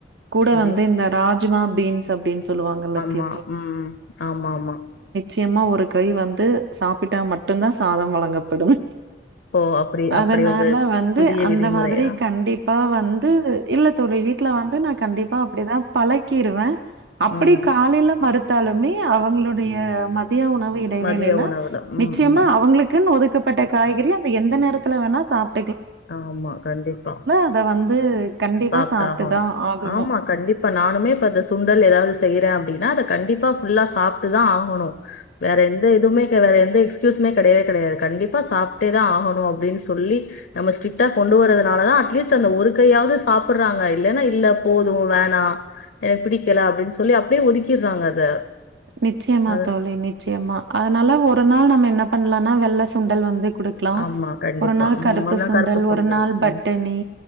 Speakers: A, on the right (about 75°); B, on the left (about 70°).
A: கூட
B: சரி
A: வந்து இந்த ரா ஜ்மா பீன்ஸ் அப்படின் சொல்லுவாங்கல்ல தி
B: மா உம் ஆமாமா
A: சயமா ஒரு கை வந்து சாப்பிட்டா மட்டுந்தா சாதம் வழங்கப்படும்
B: ஓ அப்டி
A: அதனால
B: அப்டி ஒரு
A: வந்து
B: புதிய
A: அந்த
B: விதிமுறையா
A: மாதிரி கண்டிப் பா வந்து இல்ல தோழி வீட் ல வந்து நா கண்டிப்பா அப்படி தா பழக்கிருவே அப்படிக்
B: ம்
A: மறுத்தாலுமே அவங்களுடைய ம மதிய உணவு இடைவேளில
B: மதிய உணவுல ம்
A: நிச்சயமா
B: ம் ம்.
A: அவங்களுக்கு ஒதுக்க பட்ட காய்கறி அந்த எந்த நேரல வேணா சாப்ப
B: ஆமா கண்டிப்பா
A: அத வந்து கண்டிப்பா
B: சாப்பிட்ட
A: சாப்பிட்டு
B: ஆகணும்
A: தான் ஆகணும்.
B: ஆமா கண்டிப்பா நானுமே இப்ப இந்த சுண்டல் ஏதாவது செய்யறேன் அப்படினா அத கண்டிப்பா ஃபுல்லா சாப்பிட்டு தா ஆக போனும் வேற எந்த எதுவுமே வேற எந்த எக்ஸ்கயூஸுமே கிடையவே கிடையாது கண்டிப்பா சாப்பிட்டேதா ஆகணும் அப்படின்னு சொல்லி நம்ம ஸ்ட்ரிக்டா கொண்டு வரறதுனாலதா அட்லீஸ்ட் அந்த ஒரு கையாவது சாப்பிடுறாங்க இல்லன்னா இல்ல போதும் வேணாம் எனக்கு பிடிக்கல அப்படின்னு சொல்லி அப்படியே ஒதுக்கிடுறாங்க அத
A: நிச்சயம்மா
B: அத
A: தோழி நிச்சயம்மா அதனால ஒரு நாள் நம்ம என்ன பண்ணலனா வெள்ள சுண்டல் வந்து கொடுக்கலாம்
B: ஆமா கண்டிப்பா
A: ஒரு நாள்
B: ம்
A: கருப்பு
B: ஒன்னா
A: சுண்டல் ஒரு நாள் பட்டணி
B: ம்